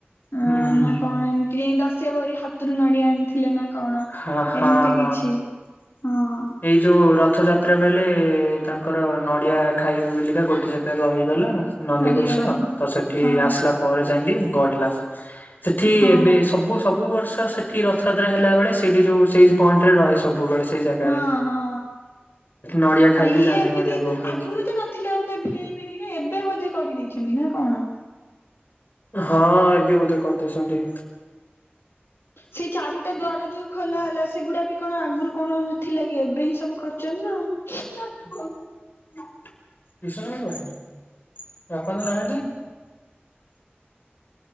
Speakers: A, on the left; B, on the left.
A: ହୁଁ
B: ଆଁ- ନା କଣ୍ ଏମ୍ ତି ଦାସିଆ ବାଉରି ହାତୁରୁ ନଡିଆ ଆଣିଥିଲେ ନା କଣ
A: ହଁ ହଁ
B: ଏମିତି
A: ହଁ।
B: କିଛି। ହଁ।
A: ଏଇ ଯଉ ରଥଯାତ୍ରା ବେଲେ ତାଙ୍କର ନଡ଼ିଆ ଖାଇବେ ବେଲିକା ଗୋଟେ ଜାଗାରେ ରହିଗଲା ନନ୍ଦିଘୋଷ
B: ରହିଗଲା ହଁ
A: ତ ସେଠି
B: ହଁ
A: ଆସିଲା ପରେ ଯାଇଁକି ଗଡିଲା ସେଥି
B: ହଁ
A: ଏବେ ସବୁ-ସବୁ ବର୍ଷ ସେ ଠି ରଥଯାତ୍ରା ହେଲା ବଳେ ସେଇଠି ଯଉ ସେଇ ପଏଣ୍ଟ୍ ଟାରେ ସବୁବେଳେ ସେଠି। ସେଇ ଜାଗାରେ।
B: ହଁ-ହଁ
A: ନଡିଆ ଖାଇକି
B: ଆଉ ଇଏ
A: ଯାଆନ୍ତି
B: ଏମିତି
A: ନଡିଆ ଭୋଗ ଖାଇକି।
B: ଆଗୁରୁ ତ ନ ଥିଲା ବୋଧେ ଭିଆଇପି ହେରିକା ଏବେ ବୋଧେ କରିଦେଇଚନ୍ତି ନା କଣ?
A: ହଁ ଏବେ ବୋଧେ କରିଦେଇଚନ୍ତି।
B: ସେଇ ଚାରିଟା ଦ୍ଵାର ଯଉ ଖୋଲା ହେଲା ସେଗୁଡା ବି କଣ ଆଗୁରୁ କଣ ଥିଲା କି ଏବେ ହିଁ ସବୁ କରିଚନ୍ତି ନା ଆଉ।
A: <inaudible>